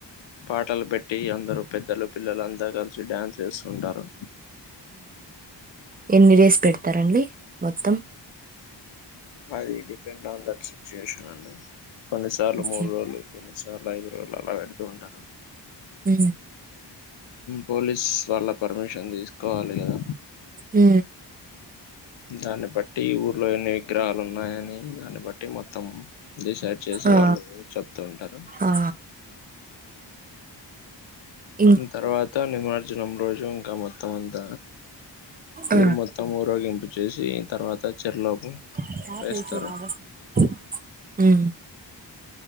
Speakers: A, on the left (about 80°); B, on the right (about 20°).
A: పాటలు పెట్ <unintelligible> అందరు పెద్దలు పిల్లలు అంతా కలిసి డ్యాన్స్ చేస్తుంటారు
B: ఎన్ని వేసి పెడతారండి మొత్తం
A: అది డిపెండ్ ఆన్ దట్ సిచ్యుయేషన్ అండి కొన్నిసార్లు
B: ఓకే
A: మూడు రోజులు కొన్ని <unintelligible> ఐదు రోజులు అలా పెడుతూ ఉంటారు
B: ఉ
A: పోలీస్ వాళ్ల్ళ పర్మిషన్ తీసుకోవాలి కద
B: హు
A: దాన్ని బట్టి ఊర్లో ఎన్ని విగ్రహాలు ఉన్నాయని దాన్ని బట్టి మొత్తం డిసైడ్ చేసి
B: ఆ
A: వాళ్ళు చెప్తూ ఉంటారు
B: ఆ ఇం
A: తర్వాత నిమార్జనం రోజు ఇంక మొత్తం అంత
B: ఆ
A: ఊరు మొత్తం ఊరగింపు చేసి తర్వాత <unintelligible>
B: రా
A: వేస్తారు
B: <unintelligible>